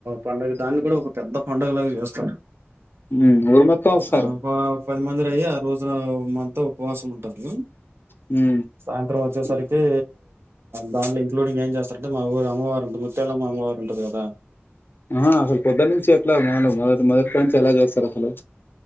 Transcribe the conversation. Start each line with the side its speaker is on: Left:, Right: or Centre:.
Right: పండగ దాన్ని కూడా ఒక పెద్ద పండగ లాగా చేస్త
Left: ఉమ్ ఊరు మొత్తం వస్తారు
Right: అబ పది మందిరయ్యి ఆ రోజున మంతా ఉపవాసం ఉంటారు
Left: హు
Right: సాయంత్రం వచ్చేసరికి దాంట్లో ఇన్క్లూడింగ్ ఏం చేస్తారంటే మా ఊరు అమ్మవారు ఉంటది ముత్యళ్ళమ్మ అమ్మవారు ఉంటది కదా
Left: ఆ అసలు పొద్దునుంచి ఎట్లా మలు మొ మొదటించి ఎలా చేస్తారు అసలు